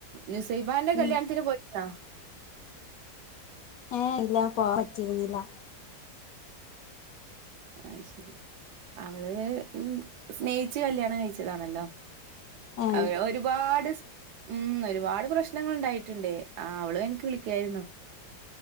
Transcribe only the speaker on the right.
നുസൈബാന്റെ കല്യാണത്തിന്
പോയി ആഹ്
ആയ് ശെരി അവള് ഉം സ്നേയിച്ച് കല്യാണം കഴിച്ചതാണല്ലോ
അവ
ഒരുപാട് സ് ഉം ഒരുപാട് പ്രശ്നങ്ങൾ ഉണ്ടായിട്ട്ണ്ട് ആ അവളും എനിക്ക് വിളിക്കാരുന്നു